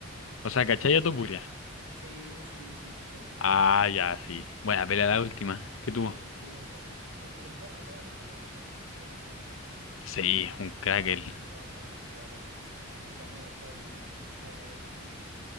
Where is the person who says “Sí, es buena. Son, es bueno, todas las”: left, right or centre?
Right